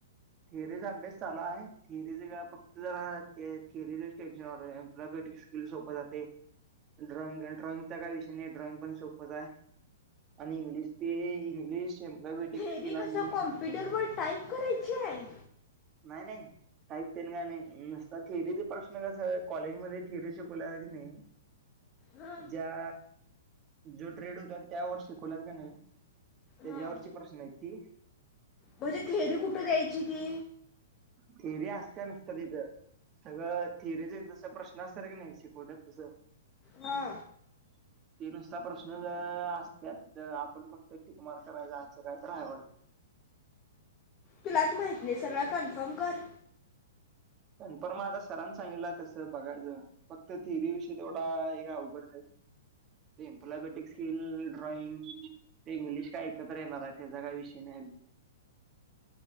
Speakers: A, on the right (about 30°); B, on the left (about 30°).
A: थिअरीचा अभ्यास चाला आहे थिअरी फक्त जरा ते थिरीच टेन्शन वाम्बेटिक्स सोपं जाते ड्रॉइंग ड्रॉइंगचा काय विषय नाही ड्रॉइंग पण सोपंच आहे. आणि इंग्लिश ते इंग्लिश. एम्प्लॉयबेटिक
B: थेरी
A: स्किल आणि
B: कसं कॉम्प्युटरवर टाइप करायची आहे.
A: नाही नाही. टाकते ना का नाही नसता थिअरीचा प्रश्न कस आहे कॉलेजमध्येध्ये थिअरी शिकवला की नाही.
B: हां
A: ज्या जो ट्रेड होत त्यावर शिकवल्यात का नाही. त्याच्यावरची
B: हां
A: प्रश्न आहेत ती
B: म्हणजे थेरी कुठं द्यायची ती.
A: फरी असत नुसतं तिथं. सगळं थिअरीचे जस प्रश्न असतात की नाही शिकवतात तसं.
B: हा.
A: <unintelligible> ते नुसता प्रश्न ज असत आपण फक्त टिकमार करायचा असचं काय तर आहेवटतं.
B: तुलाच माहिती नाही सगळ कन्फर्म कर.
A: कन्फर्म आता सरांने सांगितलला तसं बघायचं. फक्त थिरी विषयी तेवढा हे का अवघड राल. इम्पलाबेटिक स्किल ड्रॉइंग ते इंग्लिश काय ऐकत्र येणार आहे त्याचा काय विषय नाही आली.